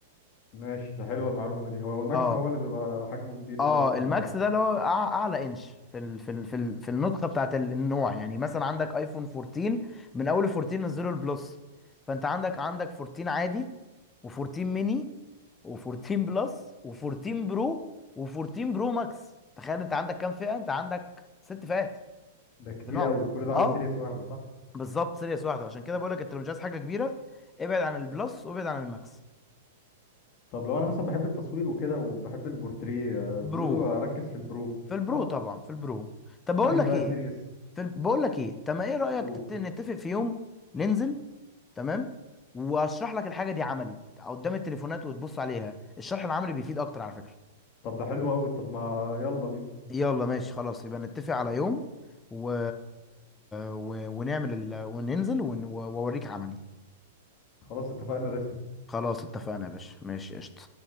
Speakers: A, on the left; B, on the left.
A: ماشي ده حلوة المعلومة دي هو الماكس
B: اه
A: هو اللي بيبقى حجمه كبير
B: اه
A: كده وتهمة
B: الماكس
A: صح
B: ده اللي هو أع- اعلى انش في ال في ال في, ال في النسخه بتاعت ال- النوع يعني مثلا عندك ايفون 14 من اول 14 نزلوا البلس فانت عندك عندك 14 عادي و14 ميني و14 بلس و14 برو و14 برو ماكس تخيل انت عندك كام فئه انت عندك ست فئات
A: ده كتير
B: في نوع
A: قوي كل ده على
B: اه
A: سيريس واحدة صح
B: بالظبط سيريس واحده عشان كده بقول لك انت لو مش عايز حاجه كبيره ابعد عن البلس وابعد عن الماكس
A: طب لو انا مثلا بحب التصوير وكده وبحب البورتريه آه،
B: برو
A: بيقولوا اركز في البرو
B: في البرو
A: صح
B: طبعا في البرو طب بقول
A: انهي
B: لك
A: بقى
B: ايه
A: سيريس
B: في بقول لك ايه تمام ايه رايك
A: قول
B: تت- نتفق في يوم ننزل تمام واشرح لك الحاجه دي عملي قدام التليفونات وتبص عليها الشرح العملي بيفيد اكتر على فكره
A: طب ده حلو قوي طب ما يلا بينا
B: يلا ماشي خلاص يبقى نتفق على يوم و... و... ونعمل ال... وننزل ون... واوريك عملي
A: خلاص اتفقنا رسمي
B: خلاص اتفقنا يا باشا ماشي قشطه